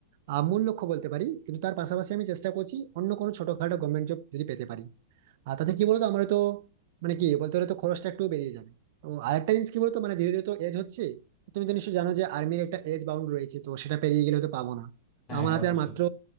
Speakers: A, on the right; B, on the left.
A: আহ মূল লক্ষ্য বলতে পারি কিন্তু তার পাশাপাশি আমি চেষ্টা করছি অন্য কোনো ছোটখাটো গভর্নমেন্ট জব যদি পেতে পারি আর তাতে কি বলতো আমরা তো মানে কি বলতে গেলে তো খরচটা একটু বেরিয়ে যাবে তো আরেকটা জিনিস কি বলতো মানে ধীরে ধীরে তো এজ হচ্ছে তুমি তো নিশ্চয়ই জানো যে আর্মির একটা এজ বাউন্ড রয়েছে তো সেটা পেরিয়ে গেলে তো পাবো না তো
B: হ্যাঁ
A: আমার
B: হ্যাঁ
A: হাতে
B: অবশ্যই
A: আর মাত্র